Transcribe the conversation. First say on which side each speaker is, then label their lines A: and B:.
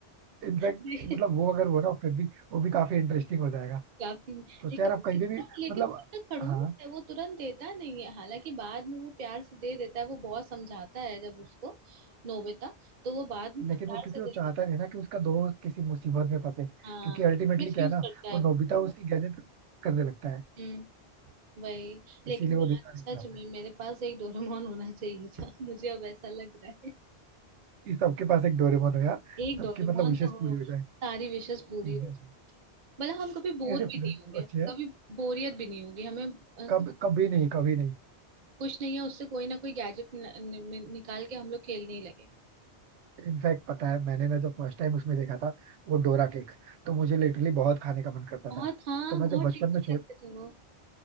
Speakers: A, on the right (about 85°); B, on the right (about 50°).
A: इनफैक्ट
B: <laughs>
A: मतलब वो अगर वो ना फिर भी वो भी काफी इंटरेस्टिंग हो जाएगा
B: या फिर
A: सोचा
B: लेकिन
A: यार आप
B: वो
A: कहीं
B: कितना
A: पे भी
B: लेकिन
A: मतलब
B: वो कितना खड़ूस
A: हाँ
B: है वो तुरंत देता नहीं है हालांकि बाद में वो प्यार से दे देता है वो बहुत समझाता है जब उसको नोबिता तो वो बाद में
A: लेकिन
B: प्यार
A: वो क्योंकि
B: से दे
A: वो चाहता
B: देता
A: नहीं ना कि उसका दोस्त किसी मुसीबत में फंसे
B: है हाँ
A: क्योंकि अल्टीमेटली
B: मिस
A: क्या
B: यूज
A: है ना
B: करता है
A: वो नोबिता
B: वो
A: उसकी गैजेट करने लगता है
B: हम्म वही लेकिन
A: इसीलिए वो
B: यार
A: देना नहीं
B: सच
A: चाहता
B: में
A: है
B: मेरे पास एक डोरेमोन होना चाहिए था <laughs> मुझे अब ऐसा लग रहा है
A: कि सबके पास एक डोरेमोन हो यार
B: एक
A: सबकी
B: डोरेमोन
A: मतलब विशेष
B: तो हो
A: पूरी हो जाए
B: सारी विशेष पूरी
A: एग्जैक्टली
B: हो मतलब हम कभी बोर
A: ऐसे फ्रेंड्स
B: भी नहीं होंगे
A: तो अच्छे हैं
B: कभी बोरियत भी नहीं होगी हमें अ,
A: कब कभी नहीं कभी नहीं
B: कुछ नहीं है उससे कोई ना कोई गैजेट नि, नि, निकाल के हम लोग खेलने ही लगेंगे
A: इनफैक्ट पता है मैंने ना जब फर्स्ट टाइम उसमें देखा था वो डोरा केक तो मुझे लिटरली बहुत खाने का मन करता
B: बहुत
A: था
B: हाँ
A: तो मैं
B: बहुत
A: जब बचपन
B: टेस्टी
A: में छोटा
B: लगते थे वो